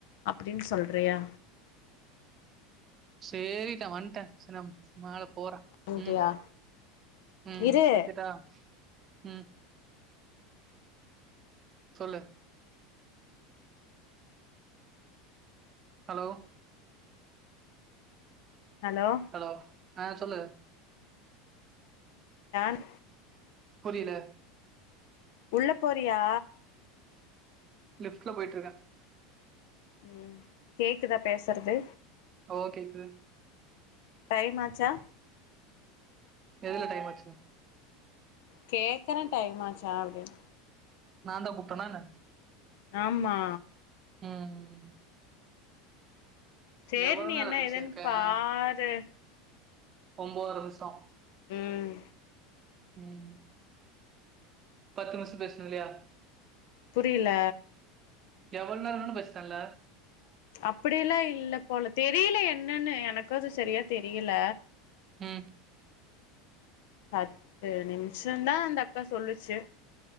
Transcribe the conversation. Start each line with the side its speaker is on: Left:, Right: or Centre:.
Left: அப்படின் சொல்றேயா
Right: சேரிட்டா வந்ட்டே சினம் மேல போற
Left: வாங்கிட்டியா
Right: உம் உம்
Left: இரு
Right: வைக்கட்டா உம் சொல்லு ஹலோ
Left: ஹலோ
Right: ஹலோ ஆ சொல்லு
Left: யான்
Right: புரில
Left: உள்ள போறியா
Right: லிஃப்ட்ல போய்ட்ருக்க
Left: உம் கேக்குதா பேசுற்து
Right: ஓகேக்கு
Left: டைம் ஆச்சா
Right: எல்லா டைம் ஆச்சுதா
Left: கேக்கற டைமாச்சா அப்டீன்
Right: நா தா கூப்ட்டனா என்ன
Left: ஆம்மா
Right: ம்
Left: சேரி
Right: எவ்வளவு
Left: நீ
Right: நேரம்
Left: என்ன
Right: பேசியிருக்கேன்
Left: எதென் பாரு
Right: ஒம்போத்ர விசோ
Left: ம்
Right: ம் பத்து மிஸ்ஸு பேஸ்ணு இல்லையா
Left: புரில்ல
Right: எவ்வள் நேர வேணாலு பேஸ்நல்ல
Left: அப்படியெல்லா இல்ல போல தெரில என்னன்னு எனக்கு அது சரியா தெரியல
Right: ம்
Left: பத்து நிமிஷன்தா அந்த அக்கா சொல்லுச்சு